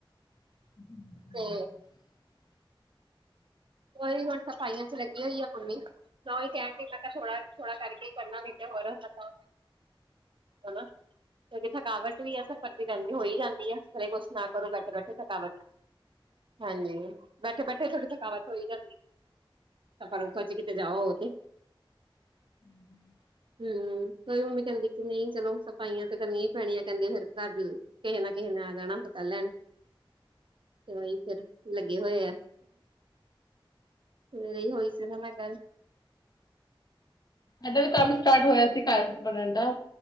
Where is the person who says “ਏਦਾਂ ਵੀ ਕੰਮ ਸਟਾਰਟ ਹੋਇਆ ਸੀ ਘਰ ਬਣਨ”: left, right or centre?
Left